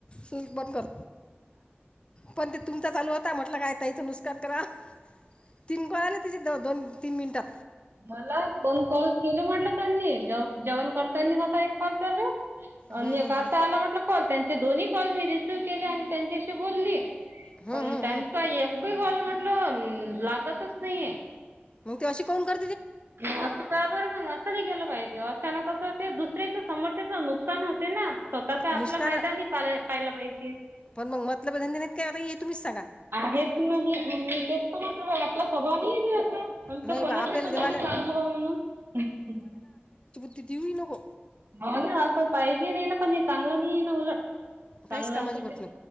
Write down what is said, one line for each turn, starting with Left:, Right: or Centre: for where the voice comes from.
Left: चल बंद कर पण ते तुमचा चालू होता म्हटलं काय ताईचं नुकसान करा तीन कॉल आले तिचे द दोन तीन मिनिटात.
Right: मला दोन कॉल केल म्हटलं त्यांनी जेव जेवण करत्यांनी होता एक कॉल चालू अणि
Left: हं, हं,
Right: एक आता
Left: हं.
Right: आला म्हटलं कॉल त्यांचे दोन्ही कॉल मी रिसीव केले आणि त्यांच्याशी बोलली.
Left: हं,
Right: पण
Left: हं,
Right: त्यांचा
Left: हं.
Right: एक ही कॉल म्हटलं लागतच नाहीये.
Left: मंग ती अशी कमून कर
Right: <unintelligible> का बरं मंग असं नाय केेलं पाहिजे अचानक कसं ते दुसऱ्याच समोरच्याच नुकसान होते ना. स्वतःचा
Left: नुसकान
Right: आपला फायदा नई पा पाहिला पाहिजे.
Left: पण मग मतलब धंदे नाहीत काय आता हे तुम्हीच सांगा
Right: आहेच नाही मी तेच म्ह आपला स्वभा आहेता
Left: नाही
Right: तो कोणा
Left: बा आपल्याला
Right: म
Left: देवाला
Right: चांगलं म्हण
Left: तीऊही नव
Right: हो ना असं पाहिजे नाही ना पण हे चांगलं नाही आहे ना उलट चांगलं
Left: काहीच कामाची
Right: असेल
Left: गोठणी